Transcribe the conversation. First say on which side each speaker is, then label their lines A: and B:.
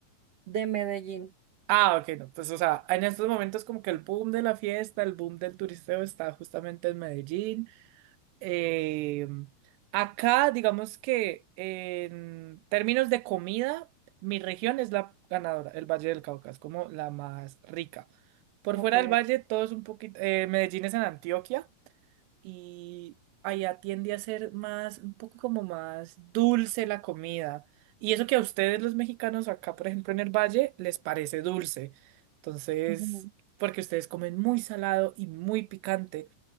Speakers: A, on the right (about 70°); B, on the right (about 80°).
A: De Medellín.
B: Ah, ok, no, pues o sea, en estos momentos como que el boom de la fiesta, el boom del turisteo está justamente en Medellín. Eh, acá, digamos que en términos de comida, mi región es la ganadora, el Valle del Cauca, es como la más rica. Por
A: Ok.
B: fuera del valle, todo es un poquito. eh, Medellín es en Antioquia y allá tiende a ser más, un poco como más dulce la comida. Y eso que a ustedes, los mexicanos, acá, por ejemplo, en el valle, les parece dulce. Entonces,
A: Ujú.
B: porque ustedes comen muy salado y muy picante.